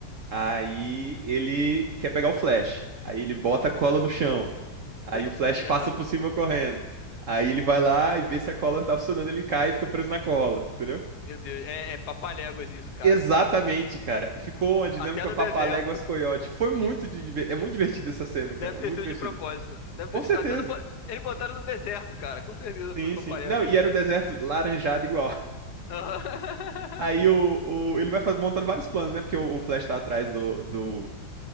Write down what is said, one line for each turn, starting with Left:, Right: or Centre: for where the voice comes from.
Right: Aí ele quer pegar o Flash. Aí ele bota a cola no chão.
Left: <laughs>
Right: Aí
Left: Nem ferrando.
Right: o Flash passa por cima correndo. Aí ele vai lá e vê se a cola tá funcionando, ele cai e fica preso na cola, entendeu?
Left: Meu Deus, é, é papaléguas isso, cara.
Right: Exatamente, cara. Ficou uma dinâmica
Left: Até no
Right: papaléguas
Left: deserto.
Right: coyote. Foi muito di- é muito divertido essa cena, cara.
Left: Deve
Right: É
Left: ter
Right: muito
Left: sido
Right: divertido.
Left: de propósito. Deve ter
Right: Com
Left: sido,
Right: certeza.
Left: até no, bo- eles botaram no deserto, cara. Com certeza foi
Right: Sim,
Left: papaléguas.
Right: sim. Não, e era o deserto laranjado igual. <laughs>
Left: Aham.
Right: Aí o, o ele vai fa- montando vários planos, né? Porque o, o Flash tá atrás do, do